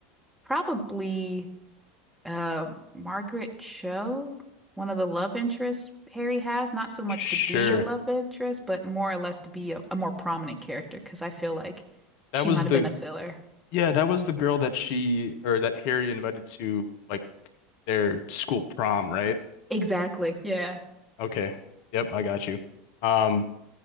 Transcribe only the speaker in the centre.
probably uh Margaret Cho, one of the love interests Harry has, not so much
to be a love interest, but more or less to be a, a more prominent character because I feel like
she
might have
been a filler.
Exactly. Yeah.